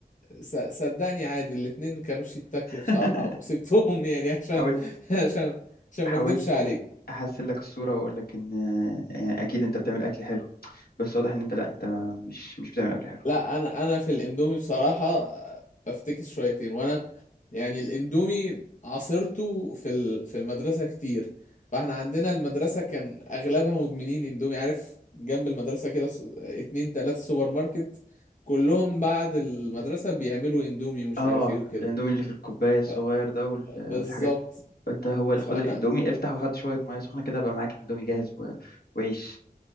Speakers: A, on the left; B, on the left.
A: ص- صدقني عادي الاتنين ما كانوش يتاكلوا بصراحة
B: <laughs>
A: وسبتهم يعني عشان
B: حاولت
A: <laughs> عشان عشان
B: حاولت
A: ما اكدبش عليك
B: احسن لك الصورة واقول لك ان يعني اكيد انت بتعمل اكل حلو بس واضح ان انت لا انت مش مش بتعمل اكل حلو
A: لا انا انا في الاندومي بصراحه بفتكس شويتين وانا يعني الاندومي عاصرته في ال- في المدرسه كتير فاحنا عندنا المدرسه كان اغلبها مدمنين اندومي عارف جنب المدرسه كده س- اتنين تلاته سوبر ماركت كلهم بعد المدرسه بيعملوا اندومي ومش
B: اه
A: عارف ايه وكده
B: الاندومي اللي في الكوبايه الصغير
A: ف-
B: ده وال-
A: بالظبط
B: والحاجات انت هو
A: فانا
B: خد الاندومي افتح وحط شويه ميه سخنه كده بقى معاك الاندومي جاهز و... وعيش